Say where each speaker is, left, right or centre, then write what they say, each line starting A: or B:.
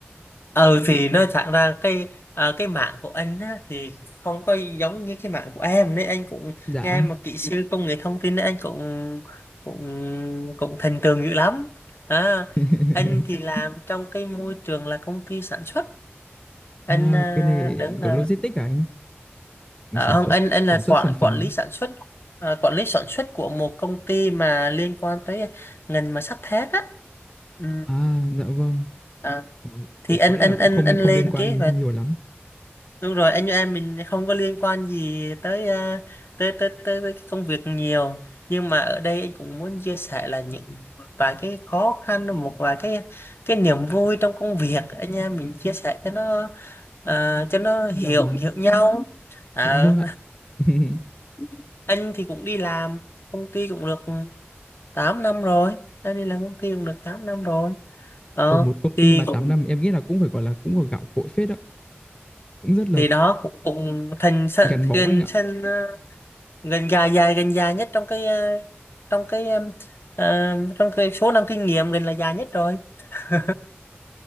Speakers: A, on the left; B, on the left.
A: ừ thì nói thẳng ra cái à, cái mạng của anh á, thì không có giống như cái mạng của em nên anh cũng
B: dạ
A: nghe mà kỹ sư công nghệ thông tin nên anh cũng cũng cũng thành tường dữ lắm à,
B: <laughs>
A: anh thì làm trong cái môi trường là công ty sản xuất anh
B: à,
A: à,
B: cái này
A: đứng là
B: có logistics à anh
A: à,
B: sản
A: không
B: xuất
A: anh anh
B: sản
A: là
B: xuất
A: quản
B: sản phẩm
A: quản lý sản xuất à, quản lý sản xuất của một công ty mà liên quan tới ngành mà sắt thép á ừ.
B: à dạ vâng
A: à,
B: Ờ,
A: thì anh
B: có lẽ
A: anh
B: là cũng
A: anh
B: không
A: anh
B: không
A: lên
B: liên quan
A: kế hoạch
B: nhiều lắm
A: Đúng rồi, anh như em mình không có liên quan gì tới à, tới, tới tới tới cái công việc nhiều. Nhưng mà ở đây anh cũng muốn chia sẻ là những một vài cái khó khăn một vài cái cái niềm vui trong công việc anh em mình chia sẻ cho nó à, cho nó hiểu
B: em hiểu mà
A: hiểu nhau. Ờ,
B: dạ vâng ạ <laughs>
A: <laughs> anh thì cũng đi làm công ty cũng được 8 năm rồi. Anh đi làm công ty cũng được 8 năm rồi. Ờ
B: ở một công
A: thì
B: ty mà 8
A: cũng
B: năm em nghĩ là cũng phải gọi là cũng có gạo cội phết đó cũng rất là
A: thì đó cũng cũng thành sân
B: gắn bó
A: thành
B: anh ạ
A: sân ờ, gần dài dài gần dài nhất trong cái ờ, trong cái em, ờ, trong cái số năm kinh nghiệm gần là dài nhất rồi <laughs>